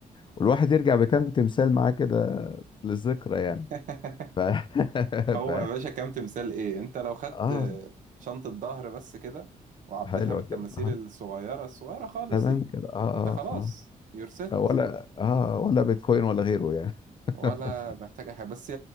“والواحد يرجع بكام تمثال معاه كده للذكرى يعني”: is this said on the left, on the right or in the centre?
Left